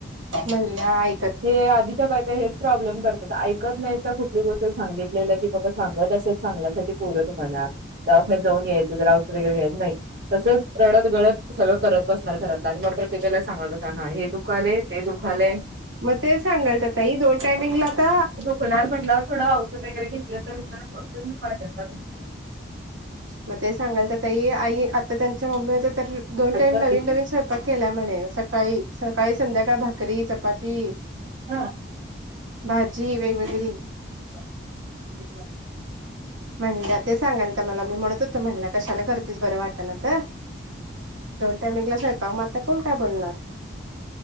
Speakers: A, on the right (about 85°); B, on the right (about 55°).
A: म्हणल्या की
B: हे आधीच्या बायका हे प्रॉब्लेम करत ऐकत नाही का कुठली गोष्ट सांगितलेलं की बाबा सांगत असे चांगल्यासाठी बोलुया तुम्हांला दवाखान्यात जाऊन यायचं जरा औषध वगैरे घ्यायच नाही. तसच रडत गळत सगळं करत बसणार घरातलं, आणि मग प्रत्येकाला सांगत बसणार हा हे दुखालय ते दुखालय.
A: मग, ते सांगालता ताई दोन टायमिंगला आता
B: कुणाल म्हटला थोडा औषध वगैरे घेतलं तर, <unintelligible> वाटेल ना तुम्हाला.
A: मग ते सांगाल ताई आई आता, त्यांच्या मम्मी होत्या तर दोन
B: ऐकत
A: टाईम नवीन
B: नाही
A: नवीन स्वयंपाक. केलाय म्हणे, सकाळी- सकाळी संध्याकाळ भाकरी, चपाती.
B: ह.
A: भाजी वेगवेगळी.
B: <unintelligible>
A: म्हणल्या ते सांगालत्या मला मी म्हणत होतो म्हणत्या, कशाला करतीस बरं वाटना तर. दोन टाईमिंगला स्वयंपाक मग, आता कोण काय बोलणार.